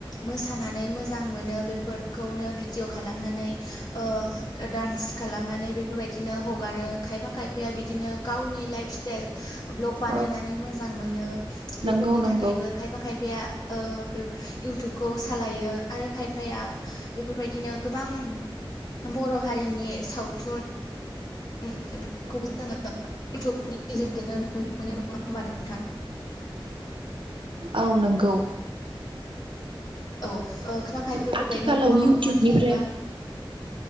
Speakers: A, on the left; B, on the right.
A: मोसानानै मोजां मोनो बेफोरखौनो बिडिय' खालामनानै ओ ओ दान्स खालामनानै बेफोरबायदिनो हगारो खायफा खायफाया बिदिनो गावनि लाइफस टेल ब्लग बानायनानै
B: औ
A: मोजां मोनो बेफोरनि
B: नंगौ नंगौ
A: थाखायबो खायफा खायफाया ओ बे इउटुबखौ सालायो आरो खायफाया बेफोरबायदिनो गोबां बर' हारिनि सावथुन उम बेफोरखौबो जोङो इउटुबनि गेजेरजोंनो नुनो नङा होमबा नोंथां
B: औ नोंगौ
A: औ ओ खायफा खायफा
B: उम
A: बेफोरबायदिनो
B: आथिखालाव
A: बर'
B: इउटुबनिफ्राय
A: कमेडि बा